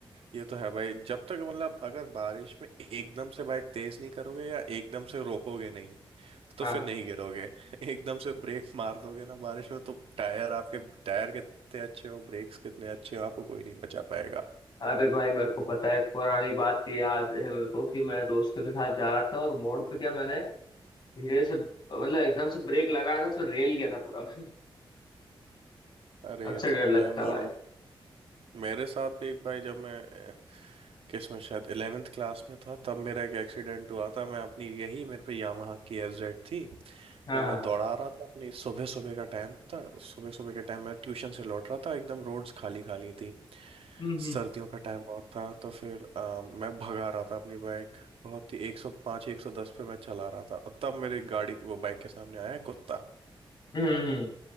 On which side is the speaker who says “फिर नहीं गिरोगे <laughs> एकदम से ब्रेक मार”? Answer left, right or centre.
Right